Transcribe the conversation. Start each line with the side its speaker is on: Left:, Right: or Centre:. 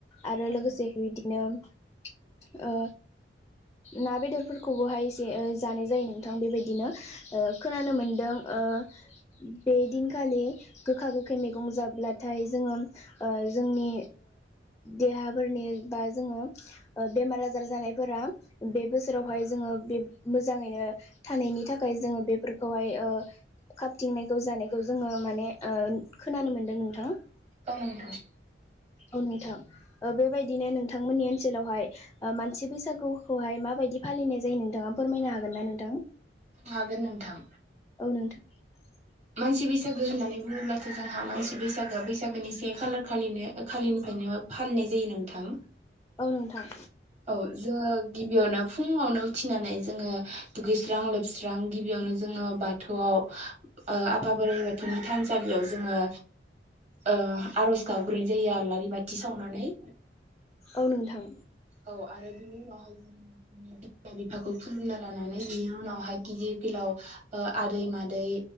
Left: आरो
Right: औ
Left: लोगोसे
Right: नोंथां
Left: बेबायदिनो ना बेदरफोरखौबोहाय एसे जानाय जायो नोंथां बेबायदिनो खोनानो मोनदों ओ बे दिनखालि गोखा गोखै मैगं जाब्लाथाय जोङो जोंनि देहाफोरनि बा जोङो बेमार आजार जानायफोरा बे बोसोरावहाय जोङो बे मोजाङैनो थानायनि थाखाय जोङो बेफोरखौहाय ओ खाबथिंनायखौ जानायखौ जोङो माने ओ खोनानो मोनदों नोंथाङा
Right: औ नोंथां
Left: औ नोंथां बेबायदिनो नोंथांमोननि ओनसोलावहाय मानसि बैसागु खौहाय माबायदि फालिनाय जायो नोंथाङा फोरमायनो हागोन ना नोंथां
Right: हागोन नोंथां
Left: औ <inaudible>
Right: मानसि बैसागो होननानै बुङोब्लाथ जोंहा मानसि बैसागोआ बैसागोनि से खालार खालिनो खालिनिफ्रायनो फालिनाय जायो नोंथां
Left: औ नोंथां
Right: औ जोङो गिबियावनो फुङावनो उथिनानै जोङो दुगैस्रां स्रां लोबस्रां गिबियावनो जोङो बाथौआव आफा बोराइ बाथौनि थानसालियाव जोङो ओ आरज गाब्रायनाय जायो आलारि बाथि सावनानै
Left: औ नोंथां
Right: औ आरो बिनि उनावहाय जोङो न'खरनि बिमा बिफाखौ खुलुमना लानानै बिनि उनावहाय गिदिर गोलाव आदै मादै